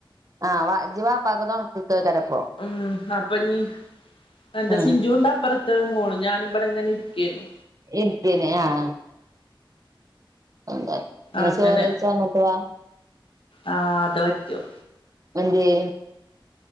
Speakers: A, on the right; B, on the left.
A: ആഹ് വാ ജ്ജ് വാപാക്ക്‌ തൊണക്ക്‌ക്കേയ്കാരപ്പൊ
B: ഉം അപ്പൊ ഇഞ് എന്താ
A: ഉം
B: സിഞ്ചുണ്ടപ്പർ ത്ത് മോളൂ ഞാനും ഇബടെങ്ങെനെ ഇരിക്കയെന്നു
A: ഇരിക്കേനി ആഹ് എന്താ എന്നാ
B: അങ്ങനെ
A: ചോറെയ്ച്ചങ്ങോട്ടവാ
B: ആഹ് അത് പറ്റും
A: എന്തേയ്